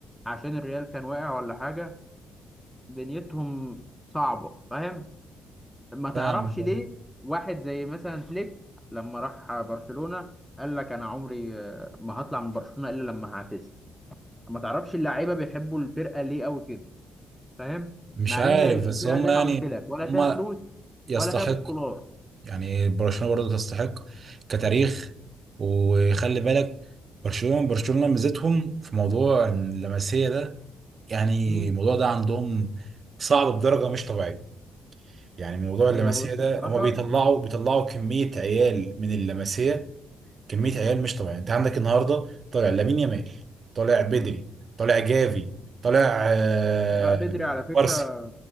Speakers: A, in the centre; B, on the right.
A: عشان الريال كان واقع ولا حاجة دنيتهم صعبة فاهم ما تعرفش
B: فاهم
A: ليه واحد زي مثلا فليك لما راح برشلونة قال لك انا عمري آه، ما هطلع من برشلونة الا لما هعتزل ما تعرفش اللعيبة بيحبوا الفرقة ليه قوي كده فاهم
B: مش
A: مع
B: عارف
A: ان الفرقه
B: بس هم
A: زي
B: يعني
A: ما قلت لك ولا
B: هم
A: فيها فلوس
B: يستحق
A: ولا فيها بطولات
B: يعني برشلونة برضه تستحق كتاريخ وخلي بالك برشلونة برشلونة ميزتهم في موضوع اللمسية ده يعني
A: مم.
B: الموضوع ده عندهم صعب بدرجة مش طبيعية يعني موضوع اللمسية
A: هي بص
B: ده
A: بصراحه
B: هما بيطلعوا بيطلعوا كمية عيال من اللمسية كمية عيال مش طبيعية انت عندك النهاردة طالع لامين يامال طالع بدري
A: مم.
B: طالع جافي طالع آه،
A: لا بدري على فكره
B: كوبارسي